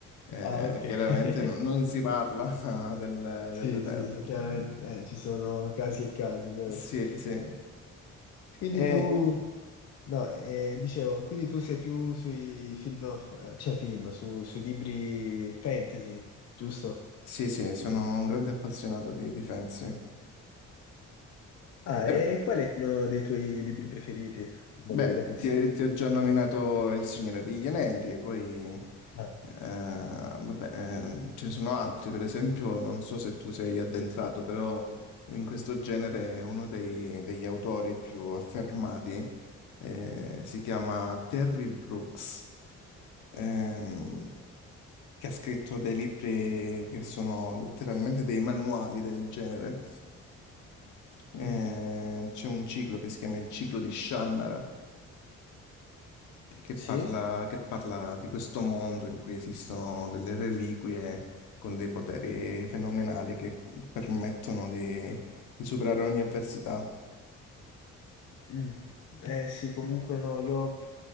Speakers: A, on the left; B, on the left.
A: eh,
B: Ah, ok.
A: chiaramente
B: <laughs>
A: no- non si parla <laughs> del-
B: Sì,
A: della Terra.
B: sì, sì, chiaramente eh, ci sono casi e casi, ovviamente.
A: Sì, sì.
B: Quindi
A: E-
B: tu, no, eh, dicevo, quindi tu sei più sui film, of- cioè film, su- sui libri fantasy, giusto?
A: sì, sì, sono un grande appassionato di, di Fantasy.
B: Ah,
A: Però,
B: e qual è uno dei tuoi libri preferiti? Magari
A: beh,
B: da consigliare.
A: ti, ti ho già nominato il Signore degli Anelli, poi eh,
B: Ah.
A: vabbè, ehm, ce ne sono altri, per esempio, non so se tu sei addentrato, però in questo genere è uno dei- degli autori più affermati eh, si chiama Terry Brooks, ehm, che ha scritto dei libri che sono letteralmente dei manuali del genere. Eh,
B: Mm.
A: c'è un ciclo che si chiama Il ciclo di Shannara, che
B: Sì?
A: parla, che parla di questo mondo in cui esistono delle reliquie con dei poteri fenomenali che permettono di, di superare ogni avversità.
B: Mh. Eh sì, comunque no, io,